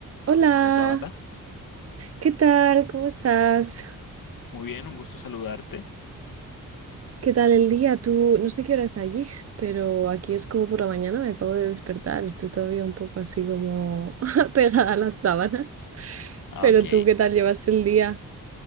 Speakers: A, on the right; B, on the left.
A: Hola,
B: Hola Tabata,
A: ¿qué tal? ¿Cómo estás?
B: muy bien, un gusto saludarte.
A: ¿Qué tal el día? Tú, no sé qué hora es allí, pero aquí es como por la mañana, me acabo de despertar, estoy todavía un poco así como <laughs> pegada a las sábanas.
B: Ah,
A: Pero
B: Ok,
A: tú, ¿qué tal llevas el día?